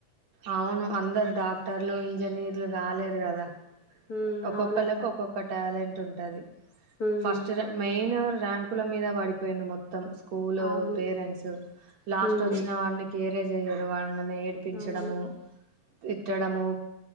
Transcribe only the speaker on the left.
ఉమ్
అవునక్క
ఉమ్
అవును
ఉమ్
అవును